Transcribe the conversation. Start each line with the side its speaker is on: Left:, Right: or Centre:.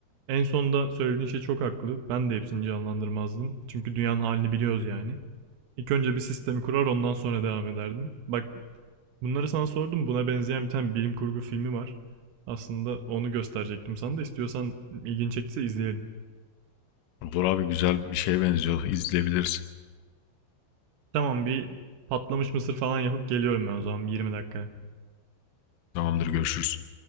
Right: En sonunda söylediğin şey çok haklı. Ben de hepsini canlandırmazdım. Çünkü dünyanın halini biliyoruz yani. İlk önce bir sistemi kurar ondan sonra devam ederdim. Bak bunları sana sordum. Buna benzeyen bir tane bilim kurgu filmi var. Aslında onu gösterecektim sana da istiyorsan ilgin çektiyse izleyelim.
Left: Olur abi güzel bir şeye benziyor. İzleyebiliriz.
Right: Tamam bir patlamış mısır falan yapıp geliyorum ben o zaman bir 20 dakika.
Left: Tamamdır görüşürüz.